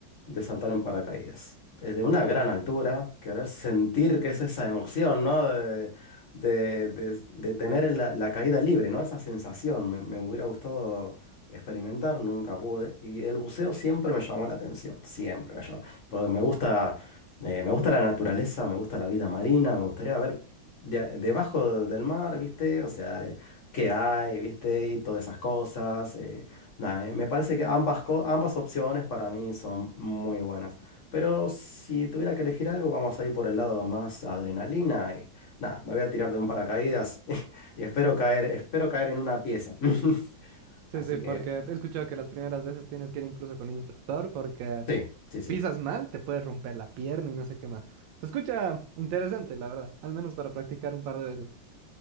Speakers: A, on the left (about 50°); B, on the right (about 80°).
A: de saltar en paracaídas. Desde una gran altura, querer sentir que es esa emoción, ¿no? De, de- de- de tener la, la caída libre, ¿no? Esa sensación me, me hubiera gustado experimentar, nunca pude. Y el buceo siempre me llamó la atención, siempre me llamó. Porque me gusta, eh, me gusta la naturaleza, me gusta la vida marina, me gustaría ver de- debajo del mar, ¿viste? O sea, eh, qué hay, ¿viste? Y todas esas cosas. eh, Nada, eh, Me parece que ambas, co- ambas opciones para mí son muy buenas. Pero si tuviera que elegir algo, vamos a ir por el lado más adrenalina y nada, me voy a tirar de un paracaídas <laughs> y espero caer, espero caer en una pieza. <laughs>
B: Sí,
A: Así
B: sí, porque
A: que
B: he escuchado que las primeras veces tienes que ir incluso con un instructor porque
A: sí, sí, sí.
B: pisas mal, te puedes romper la pierna y no sé qué más. Se escucha interesante, la verdad, al menos para practicar un par de veces.